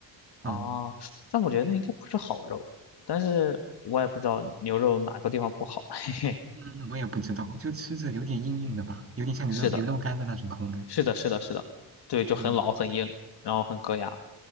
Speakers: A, on the left (about 60°); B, on the right (about 30°).
A: 啊，
B: 嗯
A: 但我觉得那应该不是好肉，但是我也不知道牛肉哪个地方不好。<laughs>
B: 嗯，我也不知道，就吃着有点硬硬的吧，有点像牛肉牛肉干的那种口感。
A: 是的，是的，是的，是的，对，就很老很硬，
B: 嗯，
A: 然后很硌牙。